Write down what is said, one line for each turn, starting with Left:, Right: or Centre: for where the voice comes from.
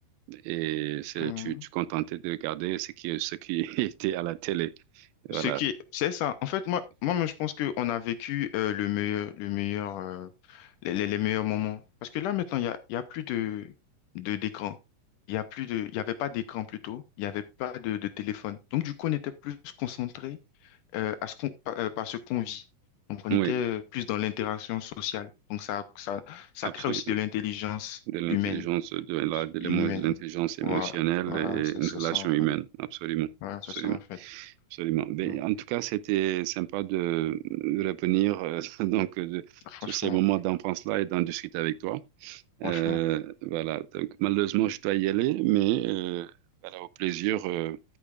Right: et c'est-
Left: Mhm.
Right: tu, tu contentais de regarder ce qui, ce qui <laughs> était à la télé. Voilà.
Left: Ce qui c'est ça. En fait, moi, moi, moi, je pense qu'on a vécu euh, le meilleur, le meilleur, euh, les, les- les meilleurs moments. Parce que là, maintenant, il y a, il y a plus de, de, d'écran. Il y a plus de, il y avait pas d'écran plutôt. Il y avait pas de, de téléphone. Donc, du coup, on était plus concentré euh, à ce qu'on, par euh, par ce qu'on vit. Donc, on
Right: Oui,
Left: était euh, plus dans l'interaction sociale. Donc, ça, ça, ça
Right: absolument.
Left: crée aussi de l'intelligence
Right: De l'intelligence,
Left: humaine.
Right: de la, de l'émo-
Left: Humaine.
Right: l'intelligence émotionnelle
Left: Voilà, voilà,
Right: et
Left: c'est
Right: une
Left: c'est
Right: relation
Left: ça en fait.
Right: humaine. Absolument.
Left: Voilà, c'est
Right: Absolument.
Left: ça en fait.
Right: Absolument. Ben,
Left: Mm.
Right: en tout cas, c'était sympa de revenir euh, <laughs> donc de-
Left: Franchement,
Right: sur ces moments d'enfance-là et d'en discuter avec toi. Euh,
Left: franchement.
Right: voilà. Donc, malheureusement, je dois y aller, mais euh, voilà, au plaisir euh,